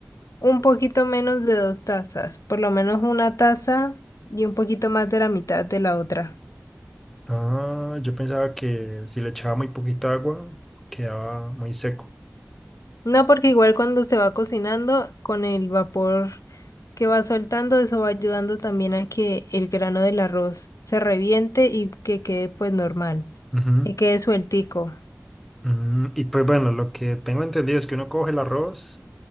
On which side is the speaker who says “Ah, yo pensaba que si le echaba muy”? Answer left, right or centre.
Centre